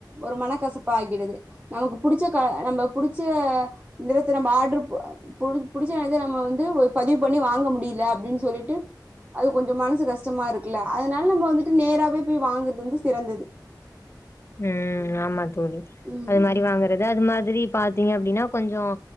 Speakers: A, on the right; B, on the left.
A: ஒரு மனக்கசப்பு ஆகிடுது நமக்கு புடிச்ச கநம்ம புடிச்ச இது வரைக்கும் நம்ம ஆர்டர் புடிச்ச நஞ்ச வந்து பதிவு பண்ணி வாங்க முடியல அப்படீன்னு சொல்லிட்டு அது கொஞ்சம் மனசு கஷ்டமா இருக்கல அதனால நம்ம வந்துட்டு நேராவே போய் வாங்கறது வந்து சிறந்தது
B: உம் ஆமா தோழி
A: ம்
B: அது மாதிரி வாங்குறது அது மாதிரி பார்த்தீங்க அப்படின்னா கொஞ்சம்